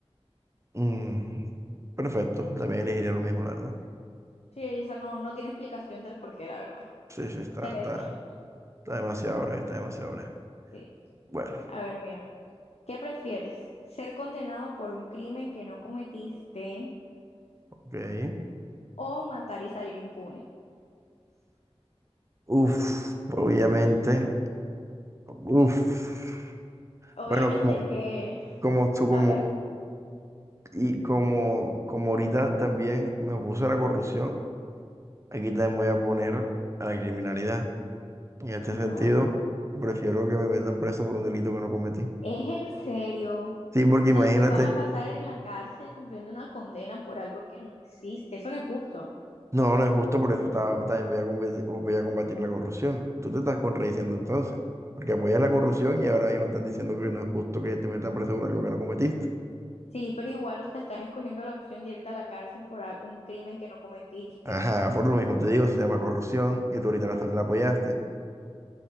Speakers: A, on the right; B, on the left.
A: Mm, perfecto, también elegiría lo mismo, la verdad.
B: Sí, esa no, no tiene explicación del por qué, la verdad.
A: Sí, sí, está,
B: Se lee
A: está,
B: sola.
A: está demasiado breve, está demasiado breve.
B: Sí.
A: Bueno,
B: A ver, mira. ¿Qué prefieres? ¿Ser condenado por un crimen que no cometiste
A: ok.
B: o matar y salir impune?
A: Uf, obviamente. Uf.
B: Obviamente
A: Bueno, como,
B: que...
A: como tú, como,
B: A ver.
A: y como, como ahorita también me opuse a la corrupción, aquí también voy a poner a la criminalidad. En este
B: Ajá.
A: sentido, prefiero que me metan preso por un delito que no cometí.
B: ¿Es en serio?
A: Sí, porque
B: o
A: imagínate.
B: sea, tú vas a pasar en la cárcel cumpliendo una condena por algo que no existe. Eso no es justo.
A: No, no es justo, por eso ta- también voy a, combatir, voy a combatir la corrupción. Tú te estás contradiciendo entonces, porque apoyas
B: No.
A: la corrupción y ahora mismo estás diciendo que no es justo que te metan preso por algo que no cometiste.
B: Sí, pero igual, o sea, estás escogiendo la opción de irte a la cárcel por al- un crimen que no cometiste.
A: Ajá, por lo mismo te digo, se llama corrupción y tú ahorita la, la apoyaste.